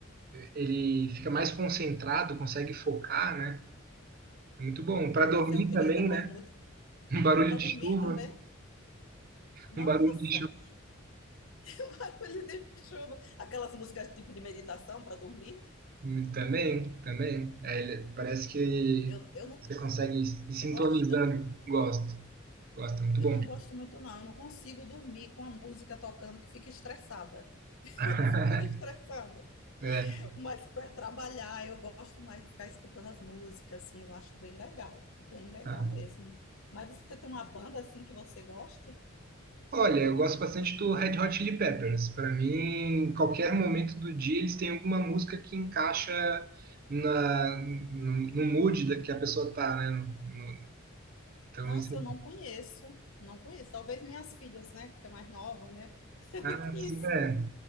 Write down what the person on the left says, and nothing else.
Mas
você utiliza
mais
música
para
dormir
também? Nossa,
<laughs> que barulho de chuva! Aquelas músicas tipo de meditação para dormir?
Eu, eu não.
Você
gosta?
Eu
não gosto muito, não. Eu não consigo dormir com a música tocando, que fica estressada.
<laughs> fica estressada.
Mas para trabalhar, eu gosto mais de ficar escutando as músicas, assim, eu acho bem legal. Bem legal
mesmo. Mas você tem uma banda assim que você goste?
Nossa,
eu não conheço. Não conheço. Talvez minhas filhas, né? Que é mais nova, né? <laughs>
Conheça.